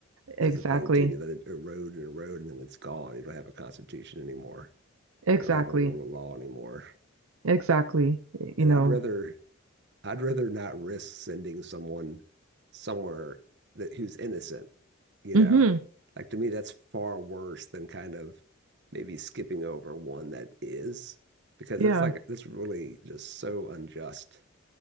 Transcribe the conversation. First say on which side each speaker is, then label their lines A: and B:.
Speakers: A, on the right; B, on the right.
A: exactly
B: is the thing too. You let it erode and erode and then it's gone. You don't have a constitution anymore.
A: exactly
B: You don't have a rule of law anymore.
A: exactly you
B: And
A: know
B: I'd rather I'd rather not risk sending someone somewhere that who's innocent, you
A: mhm
B: know. Like to me, that's far worse than kind of maybe skipping over one that is, because
A: yeah
B: that's like that's really just so unjust